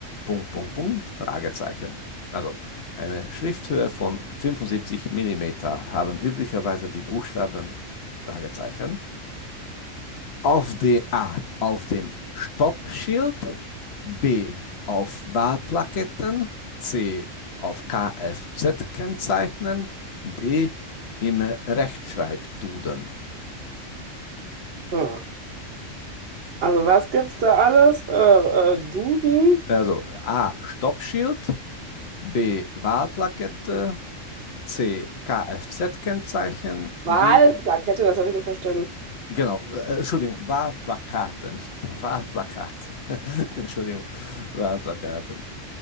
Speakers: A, on the left (about 55°); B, on the right (about 50°).
A: Punkt, Punkt, Punkt, Fragezeichen. Also, eine Schrifthöhe von 75 Millimeter haben üblicherweise die Buchstaben Fragezeichen. Auf de, A. Auf dem Stoppschild. B. Auf Wahlplaketten. C. Auf kfz Kennzeichen, D. Im Rechtschreibduden.
B: Hm. Also was gibt's da alles? Äh, äh, Duden,
A: Also A. Stoppschild. B. Wahlplakette. C. Kfz-Kennzeichen. D.
B: Wahlplakette, das habe ich nicht verstanden.
A: Genau, äh, Entschuldigung, Wahlplakaten. Wahlplakaten. <laughs> Entschuldigung, Wahlplakaten.